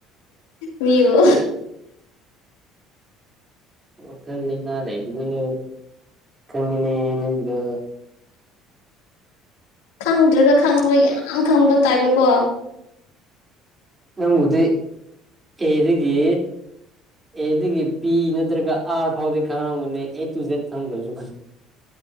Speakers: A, on the left (about 85°); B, on the right (about 25°).
A: ꯃꯤꯕꯨ
B: ꯑꯣ ꯀꯜ ꯅ ꯂꯩ ꯑꯗꯨꯗꯨ ꯀꯪꯉꯅꯤ ꯅꯗꯨ
A: ꯈꯪꯗ꯭ꯔꯒ ꯈꯪꯕ ꯌꯥꯝ ꯈꯪꯕ ꯇꯥꯏꯕꯀꯣ
B: ꯅꯪꯗꯤ ꯌꯦꯔꯤꯗꯒꯤ ꯑꯦ ꯑꯗꯨꯒꯤ ꯄꯤ ꯅꯠꯇ꯭ꯔꯒ ꯑꯥꯔ ꯐꯥꯎꯗꯤ ꯈꯪꯉꯝꯒꯅꯦ ꯑꯦ ꯇꯨ ꯖꯦꯗ ꯈꯪꯗ꯭ꯔꯁꯨ